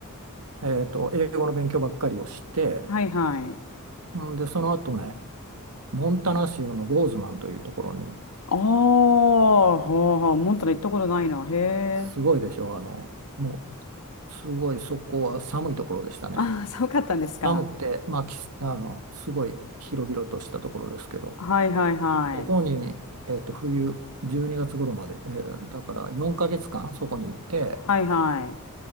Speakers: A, on the right; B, on the left.
A: えっと、英語の勉強ばっかりをして、
B: はいはい。
A: んで、その後ね、モンタナ州のボーズマンというところに、
B: ああ、はあはあ、モンタナ行ったことないな。へえ。
A: すごいでしょ、あの、もすごいそこは寒いところでしたね。
B: ああ、<laughs> 寒かったんですか。
A: 寒くて、まあ、きあのすごい広々としたところですけど、
B: はいはいはい。
A: そこに、えっと、冬12月頃まで、えーだから4ヶ月間そこに行って、
B: はいは